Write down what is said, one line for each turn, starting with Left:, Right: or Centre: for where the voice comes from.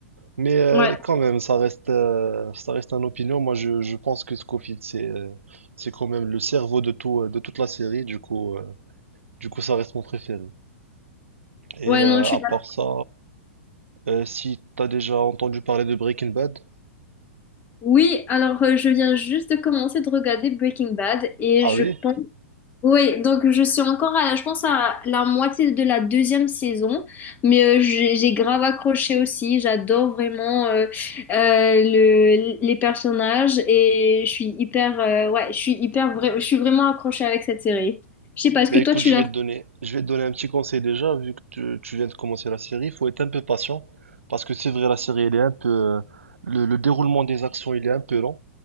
Right: Mais euh,
Left: ouais,
Right: quand même, ça reste, euh, ça reste une opinion. Moi, je, je pense que Scofield, c'est euh, c'est quand même le cerveau de tout, euh, de toute la série. Du coup, euh, du coup, ça reste mon préféré. Et
Left: ouais,
Right: euh,
Left: non, je
Right: à
Left: suis d'accord.
Right: part ça, euh, si t'as déjà entendu parler de Breaking Bad,
Left: Oui, alors euh, je viens juste de commencer de regarder Breaking Bad et
Right: ah
Left: je
Right: oui?
Left: pense. Oui, donc je suis encore à, je pense à la moitié de la deuxième saison, mais euh, j'ai j'ai grave accroché aussi. J'adore vraiment euh, euh, le, les personnages et je suis hyper, euh, ouais, je suis hyper, vra- je suis vraiment accrochée avec cette série. Je sais pas, est-ce
Right: Bah
Left: que
Right: écoute,
Left: toi tu
Right: je
Left: l'as?
Right: vais te donner, je vais te donner un petit conseil déjà, vu que tu, tu viens de commencer la série, il faut être un peu patient, parce que c'est vrai, la série, elle est un peu, euh, le, le déroulement des actions, il est un peu lent,